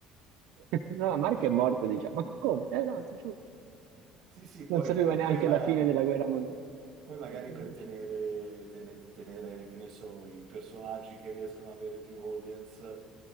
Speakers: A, on the right (about 75°); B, on the right (about 45°).
A: <laughs> No, ma Marco è morto, diciamo. Ma come? Eh no, ti giuro,
B: Sì, sì, poi,
A: Non sapeva
B: maga-
A: neanche
B: poi ma-
A: la fine della guerra mondiale.
B: poi magari
A: Eh, non
B: per tenere,
A: esce.
B: tene- tenere, che ne so, i personaggi che riescono ad avere più audience